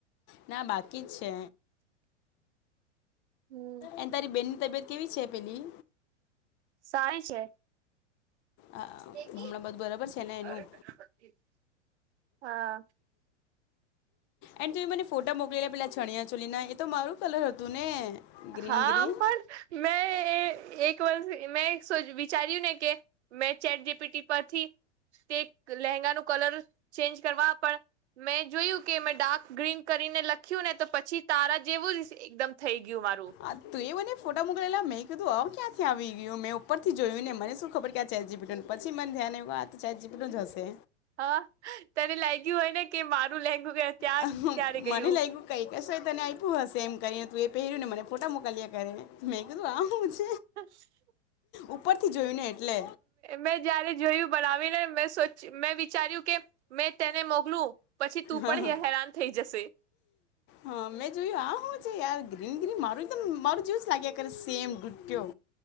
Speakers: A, on the left; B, on the right.
A: ના બાકી જ છે.
B: હમ
A: એન તારી બેનની તબિયત કેવી છે પેલી
B: સારી છે.
A: અ
B: <unintelligible>
A: હમણાં બધું બરાબર છે ને એનું
B: હા.
A: એન્ડ તું એ મને ફોટા મોકલી લે પેલા ચણિયા ચોલી ના એ તો મારું કલર હતું ને ગ્રીન
B: હા
A: ગ્રીન
B: પણ મે એ એક વર્ષ મે એ સુ વી ચાર્યુ ને કે મેં ચેટ જીપીટી પરથી તે લહેંગા નું કલર ચેન્જ કરવા પણ મેં જોયું કે મેં ડાર્ક ગ્રીન કલ કરીને લખ્યું ને તો પછી તારા જેવું જ એકદમ થઈ ગયું મારું
A: આ તું એ બને ફોટા મોકલેેલા મેં કીધું આવ ક્યાંથી આવી મે મેં ઉપર થી જોયું ને મને શું ખબર કે આ ચેટ જી પી ટી પછી મને ધ્યાન આવ્યું આ તો ચેટ જી પી ટી નું જ હશે
B: હા તને લાગ્યું હોય ને કે મારું લહેંગુ ત્યાં
A: હા
B: ક્યારે ગયું
A: મ મને લાગ્યું કઈ હસેય તને આપ્યું હશે એમ કરીને તું એ પહેર્યું ને મને ફોટા મોકલ્યા કરેને મેં કીધું આવું હું સે
B: હ
A: ઉપરથી જોયું ને એટલે
B: મેં જયારે જોયું બનાવીને મે સોચ્યું મેં વિચાર્યું કે મેં તેન મોકલું પછી તું
A: હા
B: પણ હેરાન થઈ જશે
A: હા મેં જોયું આ હું છે યાર ગ્રીન ગ્રીન મારું એકદમ મારું જ્યુસ લાગ્યા કરે સેમ ગુટ્યો